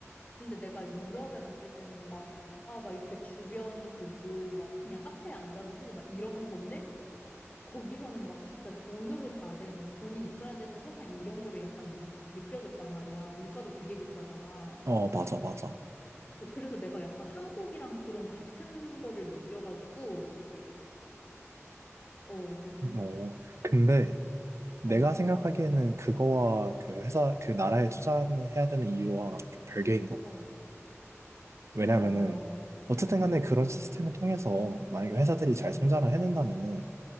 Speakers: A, on the left (about 30°); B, on the right (about 65°).
A: 근데 내가 유럽에 갔을 때는 막, 아, 막 이렇게 주변 보고, 막 그냥 카페에 앉아서 쉬고, 막 이런 건데, 거기서는 막 진짜 돈으로 다 되는, 돈이 있어야 되는 세상 이런 거를 약간 느, 느껴졌단 말이야. 물가도 되게 비싸잖아.
B: 어, 맞아, 맞아.
A: 어, 그래서 내가 약간 한국이랑 그런 같은 거를 느껴가지고, 어, 어,
B: 어, 근데 내가
A: 어,
B: 생각하기에는 그거와 그 회사, 그 나라에 투자해야 되는 이유와 좀 별개인 것 같아.
A: 어,
B: 왜냐면은,
A: 아,
B: 어쨌든
A: 어,
B: 간에 그런 시스템을 통해서 만약에 회사들이 잘
A: 음,
B: 성장을 해낸다면은